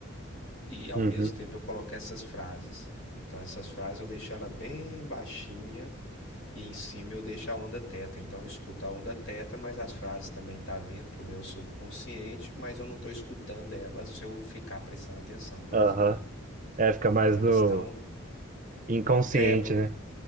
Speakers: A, on the left; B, on the right.
A: e ao
B: Uhum.
A: mesmo tempo eu coloco essas frases. Então essas frases eu deixo ela bem baixinha e em cima eu deixo a onda teta. Então eu escuto a onda teta, mas as frases também estão vindo para o meu subconsciente, mas eu não estou escutando elas se eu ficar prestando atenção, por
B: Aham.
A: exemplo.
B: É, fica mais
A: Então elas
B: no
A: estão.
B: inconsciente,
A: É, por-
B: né?